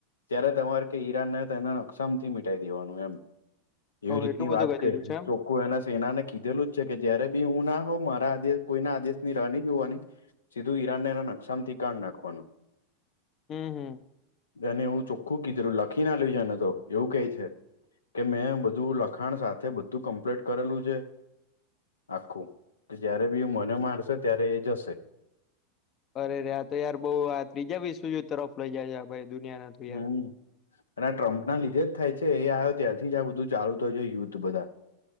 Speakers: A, on the left; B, on the left.
A: ત્યારે તમારે કે ઈરાન ને તેના નકસા થી મિટાઈ દેવાનું એમ એવી
B: ઓહ
A: રીતની
B: એટલું બધું
A: વાત
B: કરી
A: ક
B: દીધું છે એમ
A: ચોખુ એના સેનાને કીધેલું જ છે કે જયારે બી હું ના હોઉ મારા આદેશ કોઈ ના આદેશ ની રની જોવાની સીધું ઈરાનને એના નકશામાથી કાન નાખવાનું
B: હમ હમ
A: જેને હું ચો ખું કીધરું લખીને લઈજા ને તો એવું કેય છે કે મેં બધું લખાણ સાથે બધું કમ્પ્લીટ કરેલું છે આખું કે જયારે બી મને મારશે ત્યારે એ જશે
B: અરેરે આ તો યાર બઉ આ ત્રીજા વિશ્વ તરફ લઈ જાય છે ભાઈ દુનિયાના
A: હમ
B: યાર
A: અને આ ટ્રમ્પના લીધે જ થાય છે એ આવ્યો ત્યારથી જ આ બધું ચાલુ થયાય યુદ્ધ બધા